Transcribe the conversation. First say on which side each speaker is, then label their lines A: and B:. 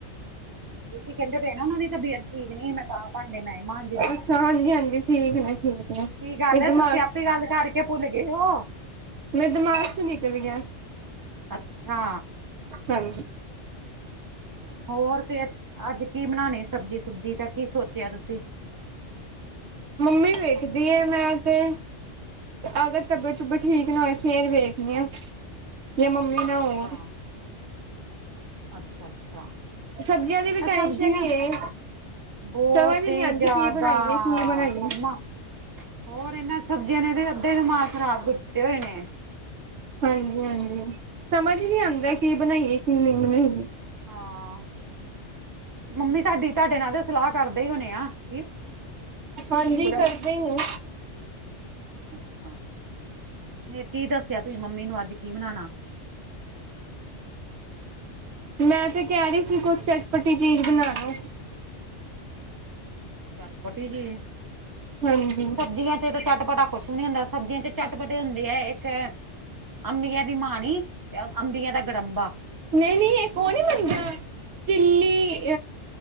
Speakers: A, on the right; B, on the right.
A: ਤੁਸੀਂ ਕਹਿੰਦੇ ਪਏ ਨਾ ਉਹਨਾ ਦੀ ਤਬੀਅਤ ਠੀਕ ਨਹੀਂ ਸੀ ਮੈਂ ਤਾਂਹ ਭਾਂਡੇ ਮੈਂ ਮਾਂਜਰੀ।
B: ਅੱਛਾ ਹਾਂਜੀ ਹਾਂਜੀ ਠੀਕ ਨੇ ਠੀਕ। ਨੇ
A: ਕੀ ਗੱਲ
B: ਮੇਰੇ
A: ਹੈ
B: ਦਿਮਾਗ
A: ਤੁਸੀਂ ਆਪੇ ਗੱਲ ਕਰਕੇ ਭੁੱਲ ਗਏ ਹੋ।
B: ਮੇਰੇ ਦਿਮਾਗ ਚੋਂ ਨਿਕਲ ਗਿਆ।
A: ਅੱਛਾ।
B: ਹਾਂ।
A: ਹੋਰ ਫੇਰ ਅੱਜ ਕੀ ਬਣਾਣੇ ਸਬਜ਼ੀ ਸੁਬਜੀ ਤਾਂ ਕੀ ਸੋਚਿਆ ਤੁਸੀਂ।
B: ਮੰਮੀ ਵੇਖਦੀ ਮੈਂ ਤੇ। ਅਗਰ ਟਬੀਅਤ ਟੁੱਬਤ ਠੀਕ ਨਾ ਹੋਏ ਫਿਰ ਵੇਖਣੀ ਆ ਜਾਂ ਮੰਮੀ ਨਾ
A: ਅੱਛਾ
B: ਹੋ।
A: ਅੱਛਾ ਅੱਛਾ
B: ਸਬਜ਼ੀਆਂ ਦੀ ਵੀ ਟੈਨਸ਼ਨ
A: ਇਹ ਸਬਜ਼ੀਆਂ।
B: ਹੀ ਏ
A: ਬਹੁਤ
B: ਸਮਝ
A: ਹੀ
B: ਨੀ ਆਂਦੀ
A: ਜ਼ਿਆਦਾ
B: ਕੀ ਬਣਾਈਏ ਕੀ ਬਣਾਈਏ
A: ਜਮ। ਹੋਰ ਇਹਨਾਂ ਸਬਜ਼ੀਆਂ ਨੇ ਤੇ ਅੱਧੇ ਦਿਮਾਗ ਖ਼ਰਾਬਤੇ ਹੋਏ ਨੇ।
B: ਹਾਂਜੀ ਹਾਂਜੀ ਸਮਝ ਨੀ ਆਉਂਦਾ ਕੀ ਬਣਾਈਏ ਕੀ ਨਹੀਂ ਬਣਾਈਏ।
A: ਹਾਂ। ਮੰਮੀ ਤੁਹਾਡੀ ਤੁਹਾਡੇ ਨਾਲ ਤੇ ਸਲਾਹ ਕਰਦੇ ਹੀ ਹੋਣੇ ਆ ਕੀ। ਕੀ
B: ਹਾਂਜੀ
A: ਬਣਾਈ
B: ਕਰਦੇ ਹ।
A: ਅੱਛਾ ਫਰ ਕੀ ਦੱਸਿਆ ਤੁਸੀਂ ਮੰਮੀ ਨੂੰ ਅੱਜ ਕੀ ਬਣਾਣਾ।
B: ਮੈਂ ਤੇ ਕਹਿ ਰਹੀ ਸੀ ਕੁਛ ਚਟਪਟੀ ਚੀਜ਼ ਬਣਾ ਲਓ।
A: ਚੱਟਪੱਟੀ ਚੀਜ਼
B: ਹਾਂਜੀ
A: ਸਬਜ਼ੀਆਂ। ੇ ਤੋਂ ਚੱਟਪਟਾ ਕੁਛ ਵੀ ਨੀ ਹੁੰਦਾ ਸਬਜ਼ੀਆਂ ਚ ਚੱਟਪਟੇ ਹੁੰਦੀ ਹੈ ਇੱਕ। ਅੰਬੀਆਂ ਦੀ ਮਾਣੀ ਤੇ ਅੰਬੀਆਂ ਦਾ ਗੜੰਬਾ।
B: ਨਹੀਂ ਨਹੀਂ ਇੱਕ ਉਹ ਨੀ ਮੰਨਦਾ ਚ। ਚਲੀ